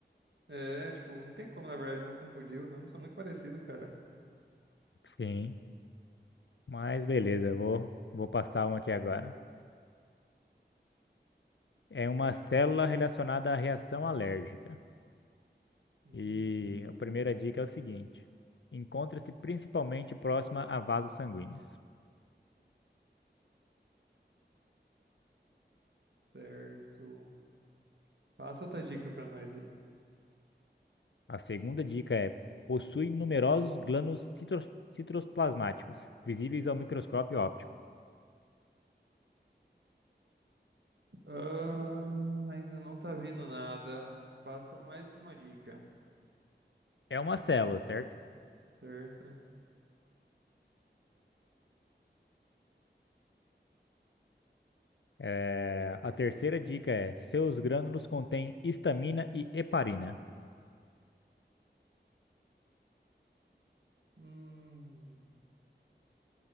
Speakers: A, on the right; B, on the left.
A: é, tipo, não tem como, na verdade, não confundir. Os nomes são muito parecidos, cara.
B: Sim, mas beleza, eu vou, vou passar uma aqui agora. É uma célula relacionada à reação alérgica.
A: Hum,
B: E a primeira dica é o seguinte: encontra-se principalmente próxima a vasos sanguíneos.
A: certo. Passa outra dica pra nós aí.
B: A segunda dica é: possui numerosos glândulos citros- citoplasmáticos, visíveis ao microscópio óptico.
A: Ah, ainda não tá vindo nada. Passa mais uma dica,
B: É uma célula, certo?
A: certo?
B: É, A terceira dica é: seus grânulos contêm histamina e heparina.
A: Hum,